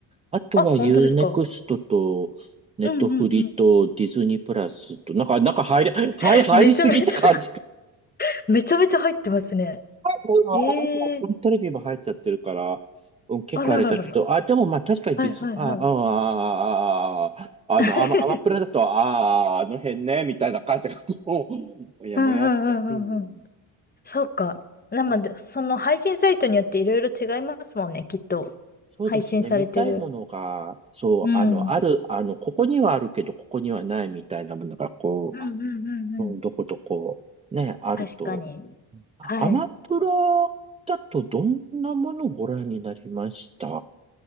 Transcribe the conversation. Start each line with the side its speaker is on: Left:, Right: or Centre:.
Right: あとはユーネクストと、
Left: あ、本当ですかう
Right: ネットフリとディズニープラスと、
Left: ん、うん、うん。
Right: なんか、なんか入り、はい、
Left: <laughs>
Right: 入りすぎって感じ。
Left: めちゃめちゃ <laughs> めちゃめちゃ入ってますね。
Right: もうあとはアップルテレビも入っちゃってるから、
Left: ええー、
Right: うん、結構あれだけど、
Left: あらららら。
Right: あ、でもまあ確かにディズ、
Left: はい、はい、
Right: あ、
Left: はい。
Right: あ、あ、あ、あ、あの、
Left: <laughs>
Right: アマ、アマプラだと、ああ、あの辺ね、みたいな感じがこう、もやもやって。
Left: うんうんうんうんうん。
Right: うん、
Left: そうか。なので、
Right: そうですね。
Left: その配信サイトによっていろいろ違いますもんね、きっと。
Right: そうですね。
Left: 配信されてる。
Right: 見たいものが、そう、
Left: うん。
Right: あの、ある、あの、ここにはあるけど、ここにはないみたいなものが、こ
Left: うんうんうんうん。
Right: う、うん、どことこう、ね、あると。
Left: 確かに。
Right: アマプラ
Left: はい。
Right: だとどんなものをご覧になりました